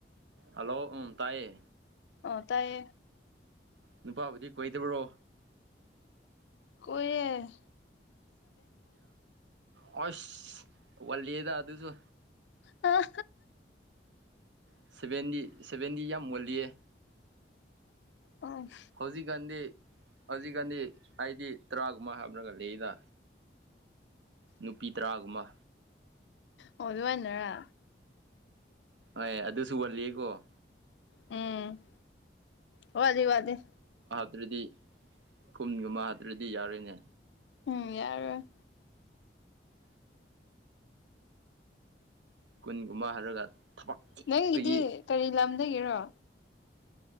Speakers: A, on the right; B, on the left.
A: ꯍꯜꯂꯣ ꯎ ꯇꯥꯏꯌꯦ
B: ꯑꯣ ꯇꯥꯏꯌꯦ
A: ꯅꯨꯄꯥꯕꯨꯗꯤ ꯀꯣꯏꯗꯕ꯭ꯔꯣ
B: ꯑꯣꯏꯔꯦ
A: ꯀꯁ ꯋꯥꯗ ꯑꯗꯨꯁꯨ
B: ꯑ
A: ꯁꯕꯦꯟꯗꯤ ꯁꯦꯚꯦꯟꯗꯤ ꯌꯥꯝ ꯃꯣꯜꯂꯤꯌꯦ
B: ꯎꯝ
A: ꯍꯧꯖꯤꯛꯀꯥꯟꯗꯦ ꯍꯧꯖꯤꯛꯀꯥꯟꯗꯤ ꯑꯩꯗꯤ ꯇꯔꯥꯒꯨꯝꯕ ꯍꯥꯏꯕ꯭ꯔꯒꯂꯏꯗ ꯅꯨꯄꯤ ꯇꯔꯥꯒꯨꯝꯕ
B: ꯑꯣ ꯂ ꯍꯥꯏꯥꯏꯅꯔꯥ
A: ꯍꯣꯏ ꯑꯗꯨꯁꯨ ꯋꯥꯜꯂꯤꯀꯣ
B: ꯎꯝ ꯋꯥ ꯋꯥꯗꯤ
A: ꯍꯥꯇ꯭ꯔꯗꯤ ꯀꯨꯟꯒꯨꯝꯕ ꯍꯥꯇ꯭ꯔꯗꯤ ꯌꯥꯔꯣꯏꯅꯦ
B: ꯎꯝ ꯌꯥꯔ
A: ꯀꯨꯟ ꯀꯨꯃ ꯍꯥꯏꯔꯒ ꯊꯕꯛ ꯆꯤꯛꯄꯒꯤ
B: ꯅꯪꯒꯤꯗꯤ ꯀꯔꯤ ꯂꯝꯗꯒꯤꯔꯣ